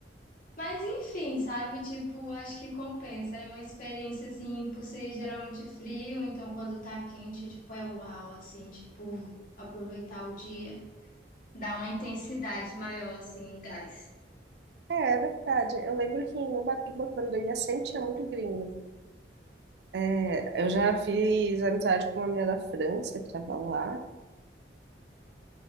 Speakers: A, on the left; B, on the right.
A: Mas enfim, sabe? Tipo, acho que compensa. É uma experiência, assim, por ser geralmente frio, então quando tá quente, tipo, é uau, assim, tipo, aproveitar o dia. Dá uma intensidade maior, assim, em gás.
B: é verdade. Eu lembro que em Ubatuba, quando eu ia, sempre tinha muito gringo. É, eu já fiz amizade com uma menina da França que estava lá.